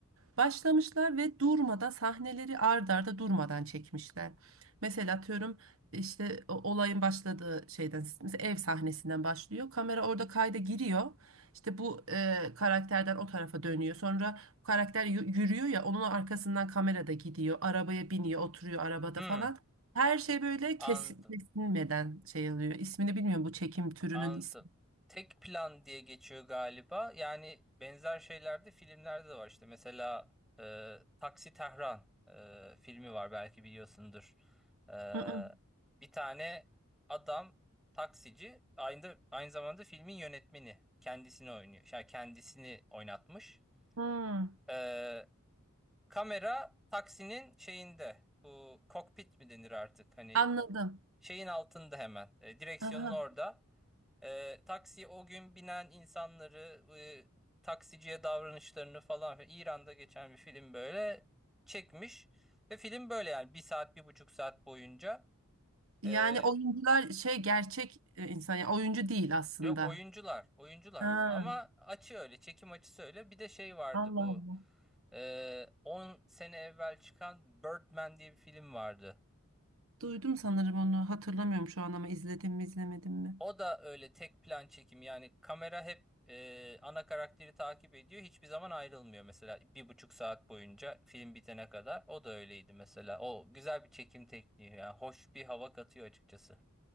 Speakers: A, on the right; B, in the centre.
A: Başlamışlar ve durmadan sahneleri ard arda durmadan çekmişler. Mesela atıyorum işte o- olayın başladığı şeyden mesela ev sahnesinden başlıyor. Kamera orada kayda giriyor. İşte bu e, karakterden o tarafa dönüyor. Sonra karakter yü- yürüyor ya onun arkasından kamera da gidiyor. Arabaya biniyor, oturuyor arabada
B: Hı,
A: falan. Her şey böyle
B: anladım.
A: kesin, kesilmeden şey alıyor. İsmini bilmiyorum bu çekim türünün
B: Anladım.
A: ismi.
B: Tek plan diye geçiyor galiba. Yani benzer şeyler de filmlerde de var. İşte mesela e, Taksi Tehran e, filmi var belki biliyorsundur. E,
A: Hı hı.
B: bir tane adam taksici aynı aynı zamanda filmin yönetmeni kendisini oynuyor. Yani kendisini oynatmış.
A: Hmm,
B: E, kamera taksinin şeyinde. Bu kokpit mi denir artık? Hani
A: Anladım.
B: şeyin altında hemen. E, direksiyonun
A: Aha.
B: orada. E, taksi o gün binen insanları, e, taksiciye davranışlarını falan filan. İran'da geçen bir film böyle çekmiş. Ve film böyle yani bir saat, bir buçuk saat boyunca.
A: Yani
B: E,
A: oyuncular şey gerçek e, insan yani oyuncu değil aslında.
B: yok oyuncular, oyuncular.
A: Ha,
B: Ama açı öyle, çekim açısı öyle. Bir de şey vardı
A: Allah
B: bu.
A: Allah.
B: E, 10 sene evvel çıkan Birdman diye bir film vardı.
A: Duydum sanırım onu hatırlamıyorum şu an ama izledim mi izlemedim mi?
B: O da öyle tek plan çekim yani kamera hep e, ana karakteri takip ediyor hiçbir zaman ayrılmıyor mesela bir buçuk saat boyunca film bitene kadar o da öyleydi mesela o güzel bir çekim tekniği yani hoş bir hava katıyor açıkçası.